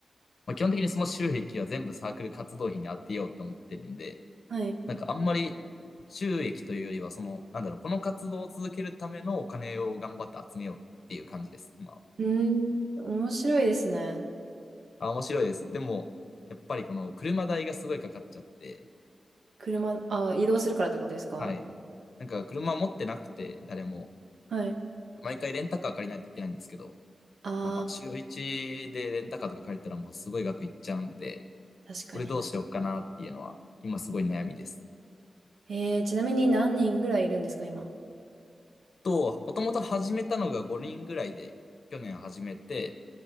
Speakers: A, on the left; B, on the right.
A: まあ、基本的にその収益は全部サークル活動費に当てようと思ってるんで、
B: はい。
A: なんかあんまり収益というよりは、その、なんだろう、この活動を続けるためのお金を頑張って集めようっていう感じです、今は。
B: うーん、面白いですね。
A: あ、面白いです。でも、やっぱりこの車代がすごいかかっちゃって、
B: 車、あ、移動するからってことですか
A: はい。なんか車持ってなくて、誰も、
B: はい。
A: 毎回レンタカー借りないといけないんですけど、
B: ああ、
A: まあまあ、週一でレンタカーとか借りたらもうすごい額いっちゃうんで、
B: 確かに。
A: これどうしようかなっていうのは、今すごい悩みです。
B: えー、ちなみに何人ぐらいいるんですか、今。
A: と、もともと始めたのが5人ぐらいで、去年始めて、